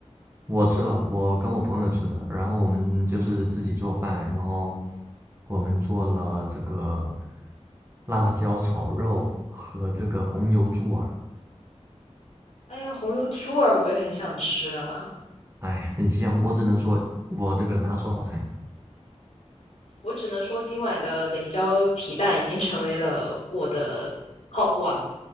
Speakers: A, on the right; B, on the left.
A: 我吃了，我跟我朋友吃的，然后我们就是自己做饭，然后我们做了这个辣椒炒肉和这个红油猪耳。
B: 哎呀，红油猪耳我也很想吃啊。
A: 哎，很香，我只能说我这个拿手好菜。
B: 我只能说，今晚的擂椒皮蛋已经成为了我的 top one。